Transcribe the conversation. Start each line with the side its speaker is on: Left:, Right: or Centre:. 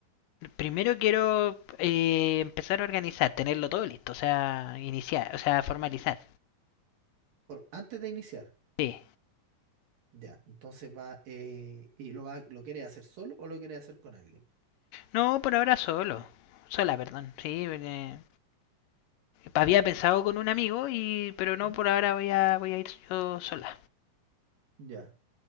Left: Primero quiero eh, empezar a organizar, tenerlo todo listo, o sea, iniciar, o sea, formalizar.
Right: por, antes de iniciar.
Left: Sí.
Right: Ya, entonces va, eh, ¿y lo va, lo quieres hacer solo o lo quieres hacer con alguien?
Left: No, por ahora solo. Sola, perdón. Sí, eh, había pensado con un amigo y pero no
Right: Ujú.
Left: por ahora voy a voy a ir yo sola.
Right: Ya.